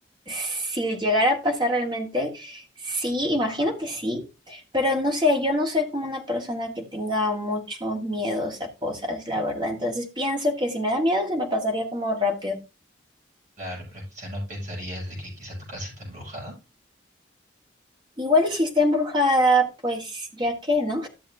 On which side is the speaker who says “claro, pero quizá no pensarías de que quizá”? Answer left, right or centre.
Right